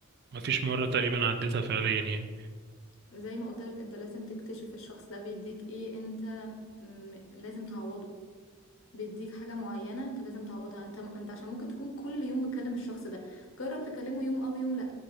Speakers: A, on the right; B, on the left.
A: مفيش مرة تقريبا عديتها فعليا يعني
B: زي ما قلت لك انت لازم تكتشف الشخص ده بيديك ايه انت م- لازم تعوضه بيديك حاجة معينة انت لازم تعوضها انت انت عشان ممكن تكون كل يوم بتكلم الشخص ده جرب تكلمه يوم او يوم لا